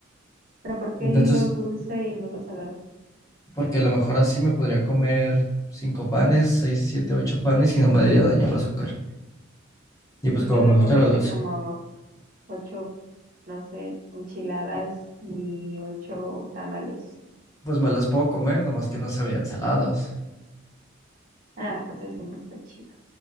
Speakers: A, on the right (about 45°); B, on the left (about 15°).
A: pero ¿por
B: Entonces,
A: qué lo dulce y no lo salado?
B: porque a lo mejor así me podría comer cinco panes, seis, siete, ocho panes y no me daría daño el azúcar. Y
A: ¿Y
B: pues
A: por
B: como
A: qué no
B: me
A: comerte
B: gusta la dulce,
A: como ocho, no sé, enchiladas y ocho tamales?
B: pues me las puedo comer, nomás que no sabrían salados.
A: Ah, pues así no está chido.